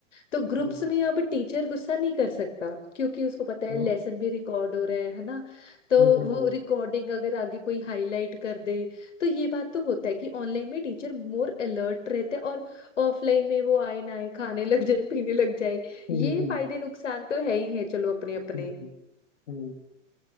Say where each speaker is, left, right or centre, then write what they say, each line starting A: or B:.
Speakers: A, on the left; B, on the left.
A: तो ग्रुप्स
B: बिल्कुल
A: में अब टीचर गुस्सा नहीं कर सकता क्योंकि उसको पता है
B: हम्म,
A: लेसन भी रिकॉर्ड हो रहा है है ना तो
B: हम्म,
A: वो
B: हम्म,
A: रिकॉर्डिंग अगर आगे कोई हाईलाइट कर दे तो ये बात तो होता है कि ऑनलाइन में टीचर मोर अलर्ट रहते हैं और ऑफलाइन में वो आए ना आए खाने लग जाए पीने लग जाए
B: हम्म,
A: ये
B: हम्म, हम्म,
A: फायदे नुकसान तो है ही है चलो अपने अपने
B: हम्म, हम्म,